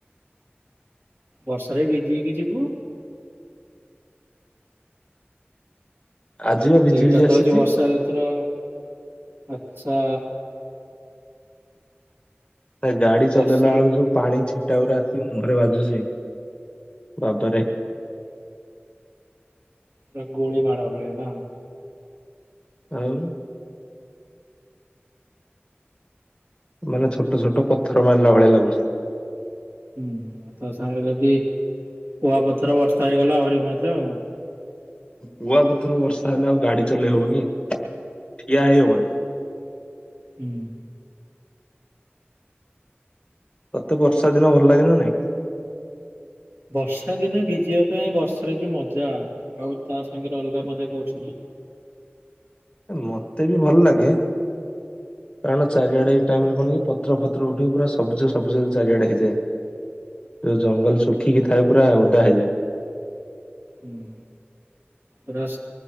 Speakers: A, on the right; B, on the left.
A: ବର୍ଷାରେ ଭିଜକି ଯିବୁ?
B: ଆଜି ବା ଭିଜି
A: ସେଇଟା
B: ଭିଜି
A: ତ
B: ଆସିଛି
A: ହଉଛି ବର୍ଷା ଋତୁ ର ଆଛା।
B: ନା ଗାଡି
A: ବର୍ଷାଋ
B: ଚଲେଇଲା ବେଳକୁ ଯୋଉ ପାଣି ଛିଟା ଉପରେ ଆସିକି ମୁହଁରେ ବାଜୁଛି। ବାବା ରେ
A: ପୁରା ଗୁଳି ମାଡ ଭଳିଆ ନା
B: ଆଉ ମାନେ ଛୋଟ ଛୋଟ ପଥର ମାରିଲା ଭଳିଆ ଲାଗୁଛି
A: ହୁଁ ତା ସାଙ୍ଗରେ ଯଦି କୁଆପଥର ବର୍ଷା ହେଇଗଲା ଆହୁରି ମଧ୍ୟ ଆଉ
B: କୁଆ ପଥର ବର୍ଷା ହେଲେ ଆଉ ଗାଡି ଚଲେଇ ହବ କି ଠିଆ ହେଇ ହବନି
A: ହୁଁ
B: ତତେ ବର୍ଷା ଦିନ ଭଲ ଲାଗେ ନା ନାଇଁ?
A: ବର୍ଷା ଦିନେ ଭିଜିବା ପାଇଁ ବର୍ଷାରେ ଯୋଉ ମଜା ଆଉ ତା ସାଙ୍ଗରେ ଅଲଗା ମଜା କହୁଛନ୍ତି
B: ମତେ ବି ଭଲ ଲାଗେ କାରଣ- ଚାରିଆଡେ ଏଇ ଟାଇମ ରେ କଣ କି ପତ୍ର ଫତ୍ର ଉଠିକି ପୁରା ସବୁଜ ସବୁଜ ଚାରିଆଡେ ହେଇଯାଏ । ଯଉ ଜଙ୍ଗଲ ଶୁଖିକି ଥାଏ ପୁରା ଓଦା ହେଇଯାଏ ।
A: ଉଁ, ପୁରା